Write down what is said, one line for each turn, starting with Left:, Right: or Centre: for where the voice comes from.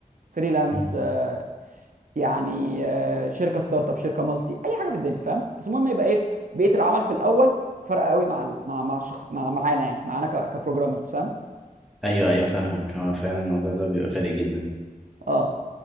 Right: فريلانس
Centre: مم.
Right: آه، يعني آه، شركه ستارت اب شركه مالتي اي حاجه في الدنيا فاهم بس المهم يبقى ايه بيئه العمل في الاول فرق قوي مع ال- مع مع الشخص مع معانا يعني معانا ك- كبروجرامرز فاهم
Centre: ايوه ايوه فاهمك هو فعلا الموضوع ده بيبقى فارق جدا
Right: اه